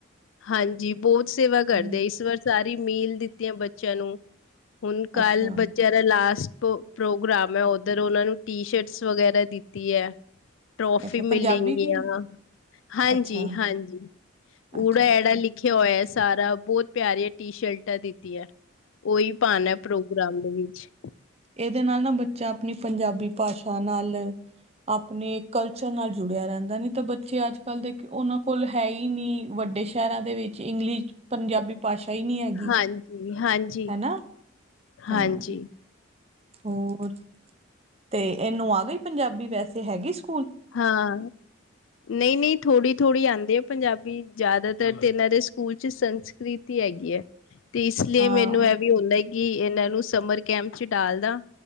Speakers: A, on the left (about 65°); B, on the right (about 30°).
A: ਹਾਂਜੀ, ਬੋਤ ਸੇਵਾ ਕਰਦੇ
B: ਹੂੰ
A: ਆ ਇਸ ਵਾਰ ਸਾਰੀ ਮੀਲ ਦਿੱਤੀਆਂ ਬੱਚਿਆਂ ਨੂੰ। ਹੁਨ, ਕੱਲ
B: ਅੱਛਾ
A: ਬੱਚੇਆਂ ਦਾ ਲਾਸਟ ਪ੍ਰੋਗਰਾਮ ਐ, ਓਦਰ ਓਨਾਂ ਨੂੰ ਟੀ ਸ਼ਰਟਸ ਵਗੈਰਾ ਦਿੱਤੀ ਐ। ਟ੍ਰੋਫੀ
B: ਅੱਛਾ
A: ਮਿਲੇਗੀਆਂ
B: ਪੰਜਾਬੀ ਦੀ
A: ਹਾਂਜੀ-ਹਾਂਜੀ,
B: ਅੱਛਾ ਅੱਛਾ
A: ਉੜਾ-ਐਡਾ
B: ਅੱਛਾ
A: ਲਿਖ ਲੀਖਿਆ ਹੋਯਾ ਸਾਰਾ ਬੋਤ ਪਿਆਰੀਆ ਟੀ-ਸ਼ਰਟਾਂ ਦਿੱਤੀਆਂ। ਓਈ ਪਾਨਾ ਏ ਪ੍ਰੋਗਰਾਮ ਦੇ ਵਿੱਚ।
B: ਏਦੇ ਨਾਲ ਨਾ ਬੱਚਾ ਅਪਨੀ ਪੰਜਾਬੀ ਭਾਸ਼ਾ ਨਾਲ ਅਪਨੇ ਕਲਚਰ ਨਾਲ ਜੁੜਿਆ ਰੈਂਦਾ, ਨੀ ਤਾਂ ਬੱਚੇ ਅੱਜ ਕੱਲ੍ਹ ਦੇ ਓਨਾਂ ਕੋਲ ਹੈਈ ਨੀਂ ਵੱਡੇ ਸ਼ੈਰਾ ਦੇ ਵਿੱਚ ਇੰਗਲਿਸ਼, ਪੰਜਾਬੀ ਭਾਸ਼ਾ ਹੀ ਨੀਂ ਐ।
A: ਹਾਂਜੀ ਹਾਂਜੀ
B: ਹੈਨਾ,
A: ਹਾਂਜੀ
B: ਹਾਂ। ਹੋਰ, ਤੇ ਏਨੂੰ ਆ ਗੀ ਪੰਜਾਬੀ ਵੈਸੇ, ਹੈਗੀ ਸਕੂ
A: ਹਾਂ। ਨਈਂ-ਨਈਂ ਥੋੜੀ-ਥੋੜੀ ਆਂਦੀ ਏ ਪੰਜਾਬੀ ਜਾਦਾਤਰ ਤੇ ਏਨਾਂ ਦੇ ਸਕੂਲ ਚ ਸੰਸਕ੍ਰਿਤ ਈ ਹੈਗੀਏ, ਤੇ ਇਸ ਲਈ
B: ਹਾਂ
A: ਮੈਨੂੰ ਐ ਵੀ ਹੋਦਾ ਹੈ ਕਿ ਏਨਾਂ ਨੂੰ ਸਮਰ ਕੈਂਪ ਚ ਡਾਲਦਾ